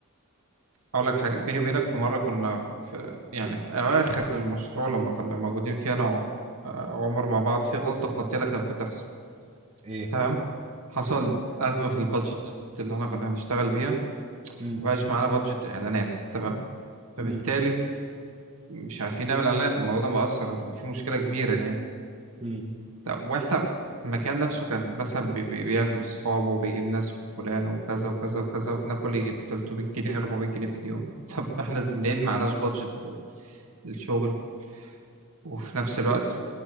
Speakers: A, on the right; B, on the right.
A: اقول لك حاجة بيني وبينك في مرة كنا في يعني في اواخر المشروع لما كنا موجودين فيه انا وع- آه، وعمر مع بعض في غلطة قاتلة كانت بتحصل
B: ايه
A: تمام حصل أزمة في البادجت اللي احنا كنا هنشتغل بيها
B: مم.
A: مبقاش معانا بادجت إعلانات تمام
B: مم.
A: فبالتالي مش عارفين نعمل إعلانات الموضوع ده مؤثر هتبقى فيه مشكلة كبيرة يعني
B: مم.
A: طب واحنا المكان نفسه كان مثلا بي- بي- بيعزم أصحابه وبيجيب ناس في فلان وكذا وكذا وكذا وبناكل 300 جنيه 400 جنيه في اليوم <laughs> طب احنا منين معناش بادجت لل- للشغل وفي نفس الوقت